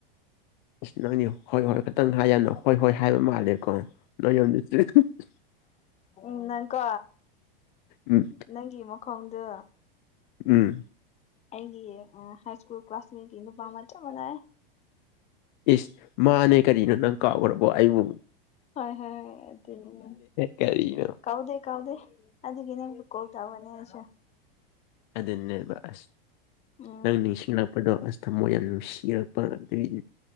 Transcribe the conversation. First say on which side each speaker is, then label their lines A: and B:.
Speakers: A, on the left; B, on the left.
A: ꯑꯁ ꯅꯣꯏꯅꯤ ꯍꯣꯏ ꯍꯣꯏ ꯈꯇꯪ ꯍꯥꯏꯔꯅꯣ ꯍꯣꯏ ꯍꯣꯏ ꯍꯥꯏꯕ ꯃꯥꯜꯂꯦꯕ ꯀꯣ <unintelligible>
B: ꯎꯝ ꯅꯪ ꯀꯣ
A: ꯎꯝ
B: ꯅꯪꯒꯤ ꯃꯈꯣꯡꯗꯨ
A: ꯎꯝ
B: ꯑꯩꯒꯤ ꯑ ꯍꯥꯏ ꯁ꯭ꯀꯨꯜ ꯀ꯭ꯂꯥꯁꯃꯦꯠꯀꯤ ꯅꯨꯄꯥ ꯑꯃ ꯆꯞ ꯃꯥꯅꯩ
A: ꯏꯁ ꯃꯥꯅꯦ ꯀꯔꯤꯅꯣ ꯅꯪ ꯀꯥꯎꯈ꯭ꯔꯕꯣ ꯑꯩꯕꯨꯨ
B: ꯍꯣꯏ ꯍꯣꯏ ꯑꯗꯨꯅꯦ
A: ꯀꯔꯤꯅꯣ
B: ꯀꯥꯎꯗꯦ ꯀꯥꯎꯗꯦ ꯑꯗꯨꯒꯤꯅꯦ <unintelligible> ꯇꯧꯕꯅꯦ ꯑꯩꯁꯨ
A: ꯑꯗꯨꯅꯦꯕ ꯑꯁ
B: ꯎꯝ
A: ꯅꯪ ꯅꯤꯡꯁꯤꯡꯂꯛꯄꯗꯣ ꯑꯁ ꯊꯃꯣꯏ ꯌꯥꯝ ꯅꯨꯁꯤꯔꯛꯄ ꯑꯗꯨꯒꯤꯅꯦ